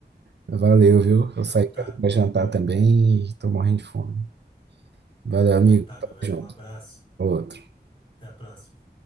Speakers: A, on the right; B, on the left.
A: Valeu, viu? Eu
B: Então
A: saí pra
B: tá.
A: pra jantar
B: Bom,
A: também e tô morrendo de fome. Valeu, amigo.
B: Então tá,
A: Tamo
B: meu velho,
A: junto.
B: um abraço.
A: Outro.
B: Até a próxima.